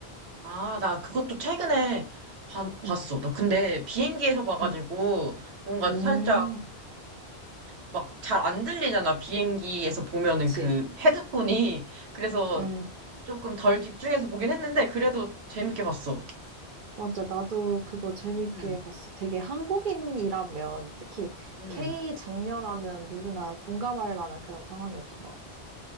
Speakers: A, on the right; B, on the right.
A: 아, 나 그것도 최근에 봐- 봤어.
B: 응,
A: 나 근데 비행기에서 봐가지고
B: 응,
A: 뭔가
B: 음,
A: 살짝 막 잘 안 들리잖아. 비행기에서 보면은
B: 그치.
A: 그 헤드폰이. 그래서
B: 음,
A: 조금 덜 집중해서 보긴 했는데, 그래도 재밌게 봤어.
B: 맞아. 나도 그거 재밌게
A: 응,
B: 봤어. 되게 한국인이라면, 특히
A: 응.
B: K 장녀라면 누구나 공감할 만한 그런 상황이었던 것 같아.